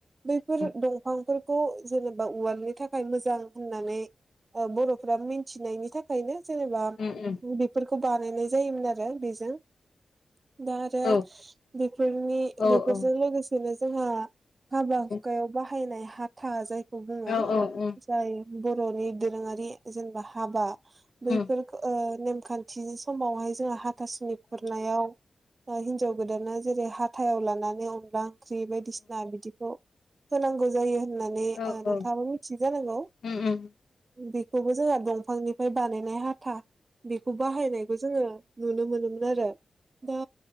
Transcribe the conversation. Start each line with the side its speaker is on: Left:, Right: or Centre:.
Right: बैफोर
Left: औ
Right: दंफांफोर खौ जेनेबा उवारनि थाखाय मोजां होननानै ओ बर'फोरा मिथिनायनि थाखाय थाखायनो जेनेबा
Left: उम उम
Right: बेफोरखौ बानायनाय जायोमोन आरो बेजों। दा आरो
Left: औ औ
Right: बेफोरनि बेफोरजों
Left: औ औ
Right: लोगोसेनो जोंहा हाबा हुखायाव
Left: औ
Right: बाहायनाय हाथा जायखौ बुङो
Left: औ
Right: जाय बर'नि दोरोङारि जेनेबा हाबा बैफोर
Left: उम
Right: ओ नेमखान्थि समावहाय जोङो हाथासुनि खुरनायाव ओ हिनजाव गोदाना जेरै हाथायाव लानानै अनला ओंख्रि बायदिसिना बिदिखौ होनांगौ जायो होननानै
Left: उम औ उम औ
Right: ओ नोंथाङाबो
Left: औ
Right: मिथि जानांगौ।
Left: उम उम
Right: बेखौबो जोंहा दंफांनिफ्राय बानायनाय हाथा। बेखौ बाहायनाय जोंङो नुनो मोनोमोन आरो दा